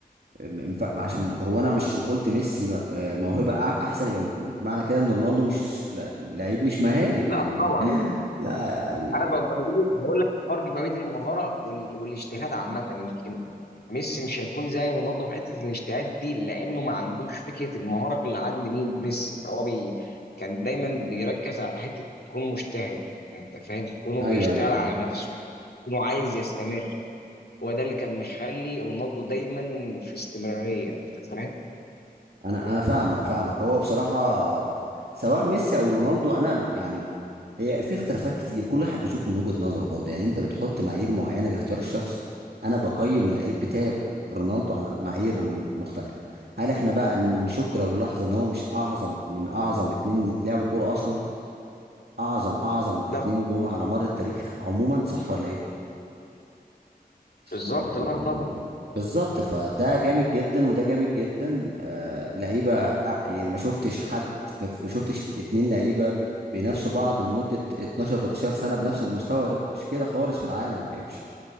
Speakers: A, on the right (about 80°); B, on the left (about 80°).
A: م- ينفع- عشان هو انا مش عشان قلت ميسي م- آه، موهبة أح- احسن يبقى معنى كده ان رونالدو مش لا- لعيب مش مهاري
B: لا
A: يعني
B: طبعا
A: <laughs> لا يعني
B: انا ب- بقول بقول لك الفرق ما بين المهاره وال- والاجتهاد عامه يمكن ميسي مش هيكون زي رونالدو في حته الاجتهاد دي لانه ما عندوش فكره المهاره اللي عند مين ميسي فهو بي كان دايما بيركز على حته يكون مجتهد انت فاهم كونه
A: ايوه
B: بيشتغل
A: ايوه
B: على نفسه كونه عايز يستمر هو ده اللي كان مخلي رونالدو دايما في استمراريه انت فاهم
A: انا انا فاهمك فاهمك هو بصراحة سواء ميسي او رونالدو انا يعني هي في اختلافات كتير كل واحد بيشوف من وجهة نظره برضه يعني انت بتحط معايير معينة لاختيار الشخص انا بقيم اللعيب بتاعي رونالدو على معايير م- مختلفة هل احنا بقى نشك لو للحظة ان هو مش اعظم من اعظم اتنين لعبوا كورة اصلا اعظم اعظم
B: لا
A: اتنين جم على مر التاريخ عموما صح ولا ايه
B: بالظبط
A: يعني
B: لا
A: يعني
B: طبعا
A: بالظبط فده جامد جدا وده جامد جدا آه لعيبه آه، يعني ما شفتش حد ما ف- ما شفتش اتنين لعيبه بينافسوا بعض لمده 12 13 سنه بنفس المستوى ده مش كده خالص في العالم يعني مش